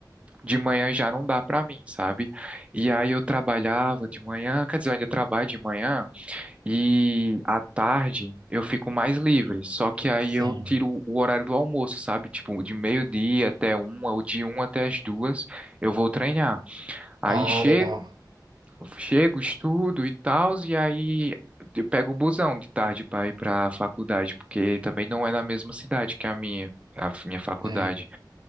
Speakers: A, on the right; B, on the right.
A: de manhã já não dá pra mim, sabe? E aí eu trabalhava de manhã, quer dizer, eu ainda trabalho de manhã. E à tarde eu fico mais livre, só que aí
B: Sim.
A: eu tiro o horário do almoço, sabe? Tipo, de meio-dia até uma, ou de uma até as duas, eu vou treinar.
B: Ah,
A: Aí chego,
B: legal.
A: chego, estudo e tal, e aí eu pego o busão de tarde para ir para a faculdade, porque também não é na mesma cidade que a minha. A minha faculdade.
B: É.